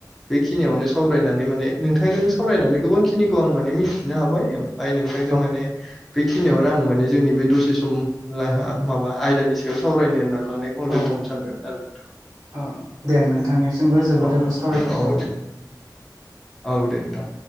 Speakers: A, in the centre; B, on the right.
A: बेखिनियावनो सावरायनानै माने नोंथांजों सावरायनानै गोबांखिनिखौ आं माने मिथिनो हाबाय बाइ नोंथांजों
B: औ
A: माने बेखिनियावनो आं माने जोंनि बे दसे सम माबा आयदानि सायाव सावरायनो होननानै लानायखौ आं
B: औ
A: दोनथ'नो
B: औ
A: सानबायमोन आरो नोंथां
B: औ दे नोंथांनिसिमबो जोबोर
A: औ
B: जोबोर साबायखर थाबाय।
A: औ दे औ दे नोंथां